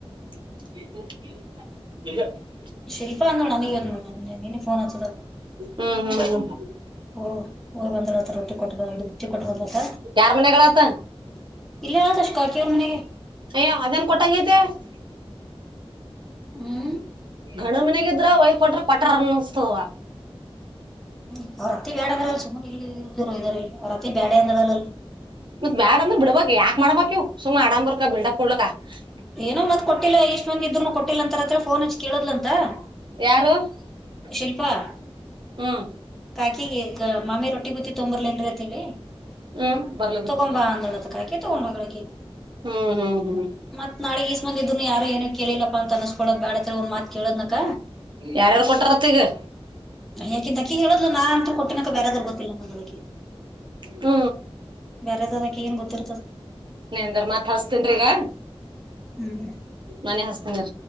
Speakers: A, on the right; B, in the centre.
A: <inaudible>
B: ಶಿಲ್ಪ ಅನ್ನೋಳ ನೀ ಅ ನೀನುಫೋನ್ <unintelligible>
A: ಹ್ಮ್ ಹ್ಮ್ ಹ್ಮ್
B: ಓ ಹೋಗ ಬಂದ ರೊಟ್ಟಿ ಕೊಟ್ಟ ಬುಚ್ಚಿ ಕೊಟ್ಟ <unintelligible> ತ್ತ
A: ಯಾರ್ ಮನ್ಯಾಗಳತ್ತ
B: ಇಲ್ಲ ಹೇಳ ತಷ್ಟ ಕಾಕಿಯ ಅವ್ರ ಮನೆಗೆ
A: ಅಯ್ಯ ಅದೇನ್ ಕೊಟ್ಟಂಗೈತೆ <unintelligible>
B: ಹ್ಮ್ <unintelligible>
A: ಗಣ ಮನೆಗಿದ್ರ ಒಯದ ಕೊಟ್ರ ಪಟರ ಅನ್ನಸ್ತವ
B: ಹ್ಮ್ ಅವ್ರತ್ತಿ ಬೇಡ ಅಂದ್ರ ಅ ಸುಮನೆ ಇ ಇರ್ದರು ಇದ್ದಾರಲ್ಲಿ ಅವ್ರ ಅತ್ತಿ ಬೇಡ ಅಂದವಲ್ಲ ಅಲ್ಲಿ <unintelligible>
A: ಮತ್ತತ್ ಬ್ಯಾಡ ಅಂದ್ರ ಬಿಡ್ಬಕ್ ಯಾಕ್ ಮಾಡಬಬೇಕಕ್ ಸುಮ್ ಆಡಂಬರ್ಕ ಬಿಲ್ಡಪ್ ಕೊಡ್ಲಕ <unintelligible>
B: ಏನೋ ಮತ್ ಕೊಟ್ಟಿಲ್ಲ ಇಷ್ಟ ಮಂದ್ ಇದ್ನು ಕೊಟ್ಟಿಲ್ಲ ಅಂತಾರತ್ರ ಫೋನ್ ಹಚ್ಚಿ ಕೇಳಿದ್ಲ ಅಂತ <unintelligible>
A: ಯಾರು <unintelligible>
B: ಶಿಲ್ಪಾ <unintelligible>
A: ಹ್ಮ <unintelligible>
B: ಕಾಕಿ ಮಾಮಿ ರೊಟ್ಟಿ ಬತ್ತಿ ತೊಂಬರ್ಲೇನ್ರಿ ಅತ್ ಹೇಳಿ <unintelligible>
A: ಹ್ಮ್ ಬರ್ಲದಕ್
B: ತುಗಂಬ ಆಂದೋಳದಕಾಕಿ ತುಗಂಬ ಕಕ್ಕೆ <unintelligible>
A: ಹ್ಮ್ ಹ್ಮ್ ಹ್ಮ್
B: ಮ ನಾಗ್ ಈಸ್ ಮಂದ ಇದ್ನು ಯಾರು ಏನು ಕೇಳಿಲ್ಲಪ್ಪ ಅನ್ಸ್ಕೋ ಬೇ <unintelligible> ಹ ಒಂದು ಮಾತ ಕೇಳದು ನಕ
A: ಯಾರ್ಯಾರ್ ಕೊಟ್ಟಾರತ್ ಈಗ
B: ಯಾಕಂತಕ ಹೇಳದ್ಲು ನಾನ್ತ್ರು ಕೊಟ್ಟಿನಕ ಬೇರೆಾದ್ರೂ ಗೊತ್ತಿಲ್ಲ ಮಂದೊಳಗೆ
A: ಹ್ಮ
B: ಬೇರೆದ ಅದಕ ಏನ್ ಗೊತ್ತಿರ್ತದ
A: ನಂದ್ರ ಮತ್ ಹಸ್ತನ್್ರಿಗ
B: ಹ್ಮ್.
A: ಮನೆ ಹಸ್ತನ್ಿ